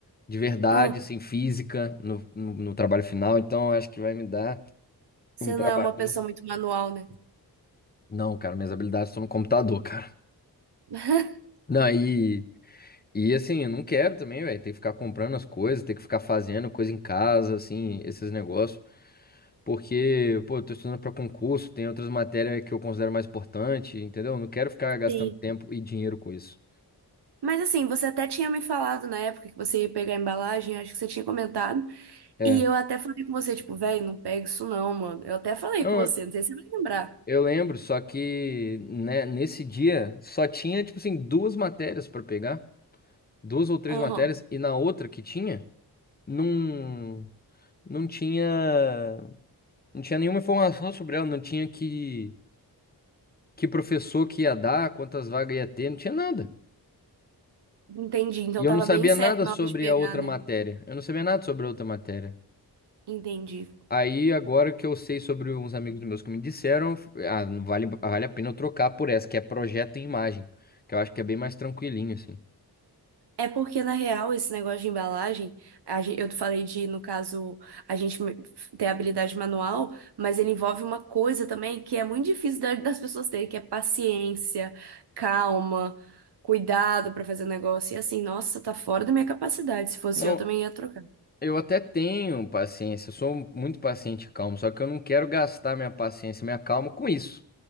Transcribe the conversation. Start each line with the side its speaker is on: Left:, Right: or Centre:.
Left: de verdade,
Right: ah,
Left: assim, física no, no, no trabalho final. Então eu acho que vai me dar
Right: você
Left: um trabalhinho.
Right: não é uma pessoa muito manual, né?
Left: Não, cara, minhas habilidades estão no computador, cara.
Right: <laughs>
Left: Não, e, e assim, eu não quero também, velho, ter que ficar comprando as coisas, ter que ficar fazendo coisa em casa, assim, esses negócios. Porque, pô, eu tô estudando para concurso, tem outras matérias que eu considero mais importante, entendeu? Não quero ficar gastando
Right: Sim.
Left: tempo e dinheiro com isso.
Right: Mas assim, você até tinha me falado na época que você ia pegar a embalagem, acho que você tinha comentado.
Left: É.
Right: E eu até falei com você, tipo, velho, não pega isso não, mano. Eu até falei
Left: Não,
Right: com você, não sei se você vai lembrar.
Left: eu lembro, só que né, nesse dia só tinha, tipo assim, duas matérias para pegar, duas ou três
Right: Aham.
Left: matérias, e na outra que tinha, não, não tinha, não tinha nenhuma informação sobre ela, não tinha que, que professor que ia dar, quantas vagas ia ter, não tinha nada.
Right: Entendi. Então
Left: E eu
Right: tava
Left: não sabia
Right: bem certo
Left: nada
Right: na
Left: sobre
Right: hora de pegar,
Left: a outra
Right: né?
Left: matéria. Eu não sabia nada sobre a outra matéria.
Right: Entendi.
Left: Aí, agora que eu sei sobre uns amigos meus que me disseram, ah, vale, vale a pena eu trocar por essa, que é projeto e imagem, que eu acho que é bem mais tranquilinho, assim.
Right: É porque, na real, esse negócio de embalagem, a gen- eu falei de, no caso, a gente me- ter habilidade manual, mas ele envolve uma coisa também que é muito difícil da- das pessoas terem, que é paciência, calma, cuidado pra fazer o negócio. E assim, nossa, tá fora da minha capacidade. Se fosse
Left: Não,
Right: eu, também ia trocar.
Left: eu até tenho paciência, eu sou muito paciente e calmo, só que eu não quero gastar minha paciência, e minha calma com isso,